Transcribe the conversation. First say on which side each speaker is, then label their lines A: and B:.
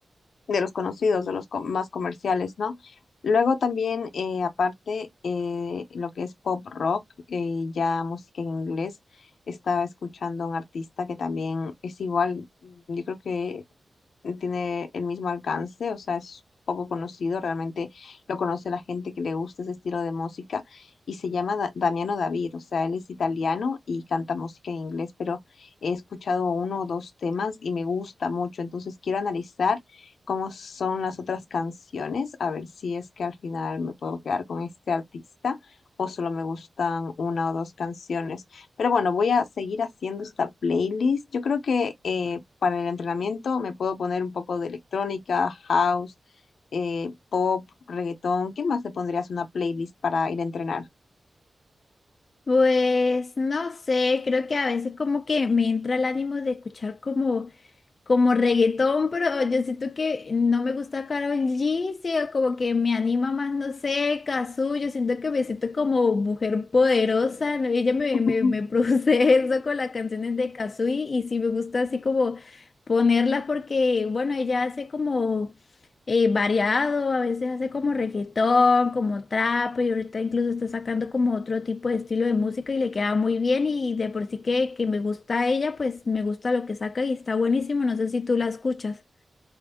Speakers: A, on the left; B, on the left.
A: de los conocidos, de los co- más comerciales, ¿no? Luego también, eh, aparte, eh, lo que es pop rock, eh, ya música en inglés, estaba escuchando a un artista que también es igual, yo creo que tiene el mismo alcance, o sea, es poco conocido, realmente lo conoce la gente que le gusta ese estilo de música, y se llama Da- Damiano David, o sea, él es italiano y canta música en inglés, pero he escuchado uno o dos temas y me gusta mucho, entonces quiero analizar cómo son las otras canciones, a ver si es que al final me puedo quedar con este artista o solo me gustan una o dos canciones. Pero bueno, voy a seguir haciendo esta playlist. Yo creo que eh, para el entrenamiento me puedo poner un poco de electrónica, house, eh, pop, reggaetón. ¿Qué más te pondrías una playlist para ir a entrenar?
B: Pues no sé, creo que a veces como que me entra el ánimo de escuchar como como reggaetón, pero yo siento que no me gusta Karol G, sí, o como que me anima más, no sé, Cazzu, yo siento que me siento como mujer poderosa, ¿no? Ella me,
A: <laughs>
B: me, me produce <laughs> eso con las canciones de Cazzu y, y sí me gusta así como ponerlas porque, bueno, ella hace como eh, variado, a veces hace como reggaetón, como trap, y ahorita incluso está sacando como otro tipo de estilo de música y le queda muy bien y de por sí que, que me gusta ella, pues me gusta lo que saca y está buenísimo, no sé si tú la escuchas.